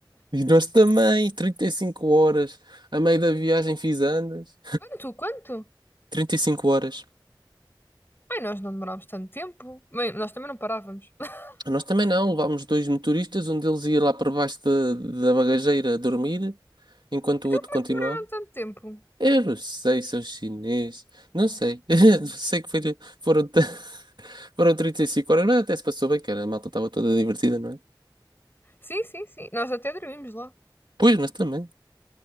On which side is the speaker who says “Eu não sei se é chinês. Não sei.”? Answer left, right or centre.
Right